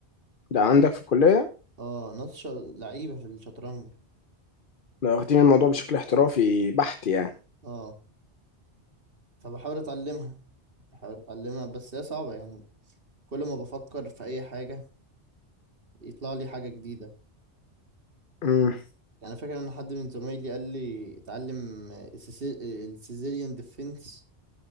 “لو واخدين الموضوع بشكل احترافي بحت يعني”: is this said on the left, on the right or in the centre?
Left